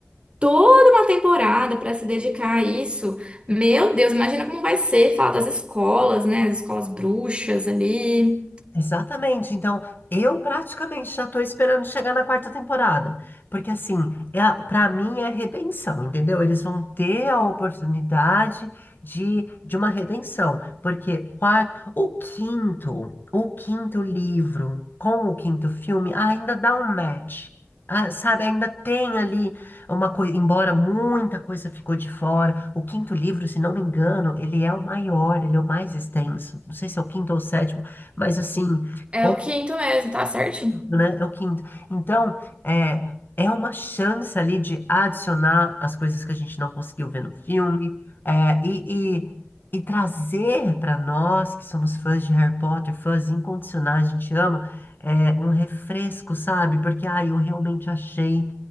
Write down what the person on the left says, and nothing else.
Exatamente. Então, eu praticamente já tô esperando chegar na quarta temporada, porque assim, é, a- pra mim é redenção, entendeu? Eles vão ter a oportunidade de, de uma redenção, porque quarto, o quinto, o quinto livro com o quinto filme ainda dá um match. Ah, sabe, ainda tem ali uma coisa, embora muita coisa ficou de fora. O quinto livro, se não me engano, ele é o maior, ele é o mais extenso. Não sei se é o quinto ou o sétimo. Mas assim,
ou,
né, é o quinto. Então, é, é uma chance ali de adicionar as coisas que a gente não conseguiu ver no filme, é, e, e, e trazer para nós que somos fãs de Harry Potter, fãs incondicionais, a gente ama, é, um refresco, sabe? Porque, ah, eu realmente achei